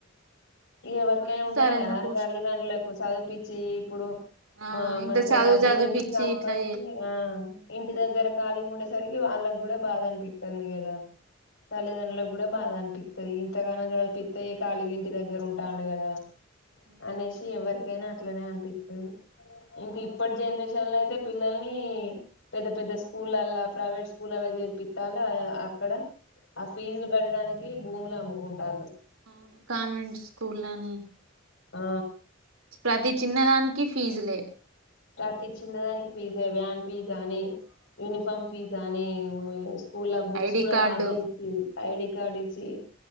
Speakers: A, on the left; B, on the right.
A: ఎవరికైనా
B: వాడు
A: ఉంటది
B: సరైన
A: గదా
B: పోస్ట్
A: తల్లిదండ్రులకు చదిపిచ్చి ఇప్పుడు
B: ఆ
A: మా
B: ఇంత
A: మంచిగ
B: చదువు
A: డబ్బులు
B: చదివిపిచ్చి
A: వెట్టి సంపాయించి
B: ఇట్లా
A: ఆ ఇంటి దగ్గర ఖాళీగా ఉండేసరి వాళ్ళక్ గూడా బాధ అనిపిస్తుంది గదా తల్లిదండ్రులకు గూడ బాధ అ పి ఇంతగానాయిి అయితే కళగి ఇంటి దగ్గర ఉంటాడు కదా
B: చేయడం
A: అనేసి ఎవ్వరికి అే నా అట్లానే అనిపిించతే ఎంక ఇప్పుడు జనరేన్ న్ అయితే పిల్లల్ని పెద్ద పెద్ద స్కూలలా ప్రైవేట్ స్కూల్లా చేర్పిస్తాల అక్కడ ఆ ఫీజులు కట్టడానికి భూములు అమ్ముకుంటారును
B: అవును కాన్వెంట్ స్కూల్ అని
A: ఆ
B: ప్రతి చిన్నదానికి ఫీజులే
A: రాత్రి చిన్నదానికి పిజ్జా వ్యాన్ పిజ్జా అని యూనిఫామ్ ఫీజ అని స్కూల్ బుక్స్
B: ఐడి
A: కూడా
B: కార్డు
A: వాళ్ళ ఇచ్చి ఐడి కార్డ్ ఇచ్చి